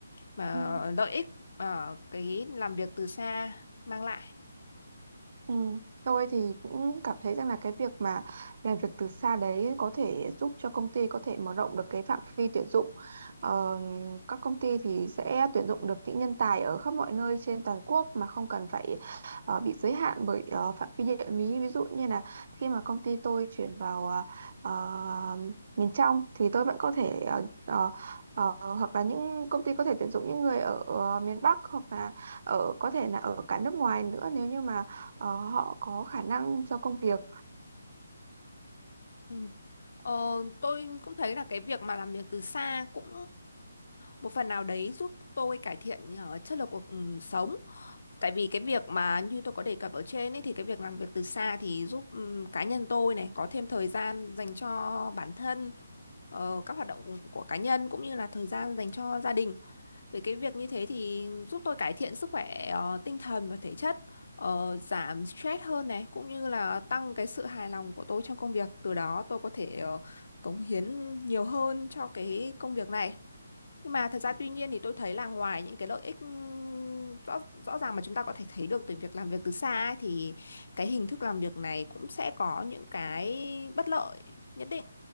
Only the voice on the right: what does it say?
Ừ.
Ừ. Tôi thì cũng cảm thấy rằng là cái việc mà làm việc từ xa đấy có thể giúp cho công ty có thể mở rộng được cái phạm vi tuyển dụng. Ờ, các công ty thì sẽ tuyển dụng được những nhân tài ở khắp mọi nơi trên toàn quốc mà không cần phải ờ, bị giới hạn bởi ờ, phạm vi địa lý. Ví dụ như là khi mà công ty tôi chuyển vào ờ, ờ, miền trong thì tôi vẫn có thể ờ, ờ, ờ, hoặc là những công ty có thể tuyển dụng những người ở ờ, miền Bắc hoặc là ở có thể là ở cả nước ngoài nữa nếu như mà ờ, họ có khả năng cho công việc